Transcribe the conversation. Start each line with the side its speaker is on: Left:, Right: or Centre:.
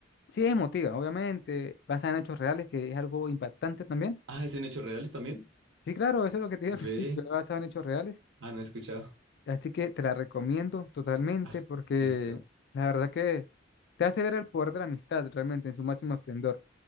Left: Sí es emotiva, obviamente, basada en hechos reales, que es algo impactante también.
Right: Ah, ¿es en hechos reales también?
Left: Sí, claro, eso es lo que te dije
Right: Ve.
Left: al <laughs> principio, basado en hechos reales.
Right: Ah, no he escuchado.
Left: Así que te la recomiendo totalmente
Right: Ah,
Left: porque
Right: listo.
Left: la verdad que te hace ver el poder de la amistad realmente en su máximo esplendor.